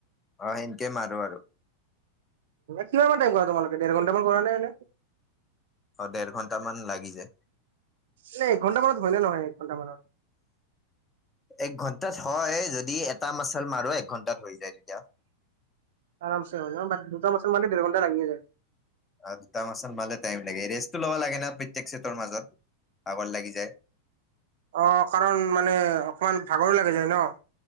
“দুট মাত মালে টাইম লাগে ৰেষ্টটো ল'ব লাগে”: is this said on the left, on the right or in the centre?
Left